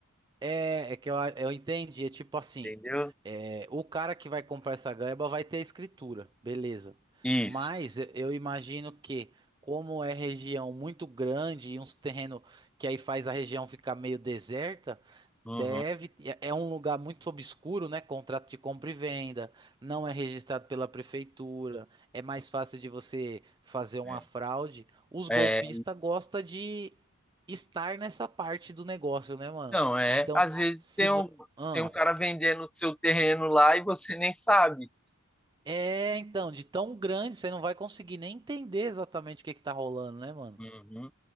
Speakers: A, on the right (about 20°); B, in the centre.
A: É, é que eu, a- eu entendi. É tipo assim:
B: entendeu?
A: é, o cara que vai comprar essa gleba vai ter a escritura, beleza. Mas
B: Isso.
A: eu, eu imagino que, como é região muito grande e uns terrenos que aí faz a região ficar meio deserta,
B: Uhum.
A: deve. É é um lugar muito obscuro, né? Contrato de compra e venda, não é registrado pela prefeitura, é mais fácil de você fazer uma
B: É,
A: fraude. Os
B: É,
A: golpistas gostam de estar nessa parte do negócio, né, mano?
B: Não, é.
A: Então,
B: Às vezes
A: se
B: tem
A: vo...
B: um,
A: Ahn.
B: tem um cara vendendo o seu terreno lá e você nem sabe.
A: é, então, de tão grande você não vai conseguir nem entender exatamente o que que tá rolando, né, mano?
B: Uhum.